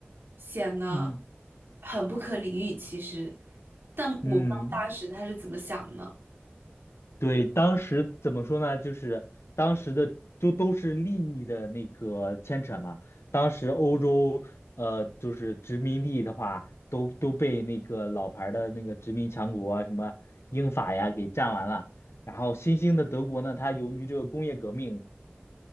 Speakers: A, on the right; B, on the left.
A: 显得
B: 嗯
A: 很不可理喻，其实，但我不知道当时他是怎么想的。
B: 嗯，对，当时怎么说呢？就是当时的就都是利益的那个牵扯嘛。当时欧洲呃，就是殖民地的话，都都被那个老牌儿的那个殖民强国啊什么英法呀给占完了。然后新兴的德国呢，它由于这个工业革命。